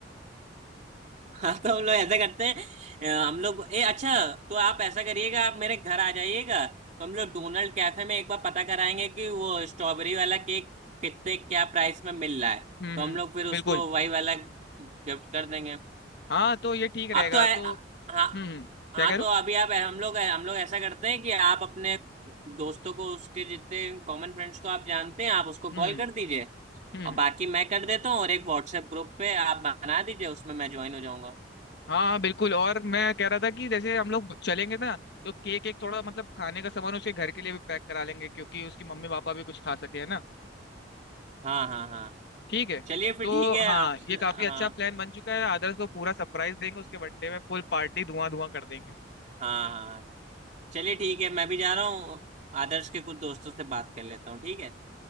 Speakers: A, on the right; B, on the left.
A: <laughs> हाँ तो हम लोग ऐसा करते हैं अ, हम लोग ए अच्छा तो आप ऐसा करिएगा आप मेरे घर आ जाइएगा तो हम लोग डोनाल्ड कैफे में एक बार पता कराएंगे कि वो स्ट्रॉबेरी वाला केक कितने क्या प्राइस में मिल रहा
B: है।
A: है
B: हम्म
A: तो
B: हम्म,
A: हम लोग फिर उसको
B: बिल्कुल
A: वही वाला गिफ्ट कर देंगे
B: हाँ तो ये ठीक रहेगा
A: आप तो ऐ-
B: तो हम्म
A: हाँ
B: हम्म, क्या
A: हाँ
B: कह रहा
A: तो अभी आप हम लोग हम लोग ऐसा करते हैं कि आप अपने दोस्तों को उसके जितने कॉमन फ्रेंड्स को आप जानते हैं आप उसको कॉल
B: हूँ हम्म
A: कर दीजिए
B: हम्म
A: और बाकी मैं कर देता हूँ और एक व्हाट्सएप ग्रुप पे आप बना दीजिए उसमें मैं ज्वाइन हो जाऊंगा
B: हाँ हाँ, बिल्कुल और मैं कह रहा था कि जैसे हम लोग चलेंगे ना तो केक एक थोड़ा मतलब खाने का सामान उसके घर के लिए भी पैक करा लेंगे क्योंकि उसकी मम्मी पापा भी कुछ खा सके है ना
A: हाँ हाँ हाँ
B: ठीक है
A: चलिए फिर
B: तो
A: ठीक है
B: हाँ
A: आप
B: ये
A: हाँ
B: काफी अच्छा प्लान बन चुका है आदर्श को पूरा सरप्राइज देंगे उसके बर्थडे में फुल पार्टी धुआं धुआं कर देंगे
A: हाँ हाँ चलिए ठीक है मैं भी जा रहा हूँ आदर्श के कुछ दोस्तों से बात कर लेता हूँ ठीक है